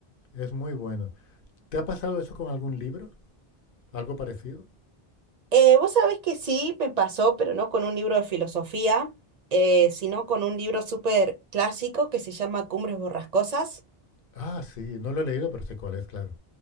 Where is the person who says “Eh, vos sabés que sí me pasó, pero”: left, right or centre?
Right